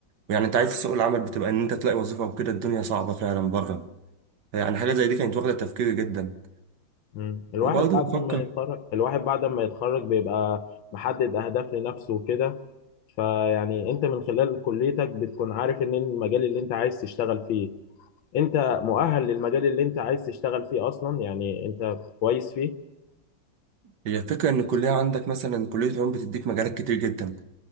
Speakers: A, on the right (about 65°); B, on the left (about 80°).
A: ويعني انت عارف سوق العمل بتبقى ان انت تلاقي وظيفة وكده الدنيا صعبة فعلا بره يعني حاجة زي دي كانت واخدة تفكيري جدا
B: مم. الواحد
A: وبرضه
B: بعد
A: بفكر
B: ما يتخرج الواحد بعد ما يتخرج بيبقى محدد اهداف لنفسه وكده فيعني انت من خلال كليتك بتكون عارف ان المجال اللي انت عايز تشتغل فيه انت مؤهل للمجال اللي انت عايز تشتغل فيه اصلا يعني انت كويس فيه
A: هي الفكرة ان الكلية عندك مثلا كلية العلوم بتديك مجالات كتير جدا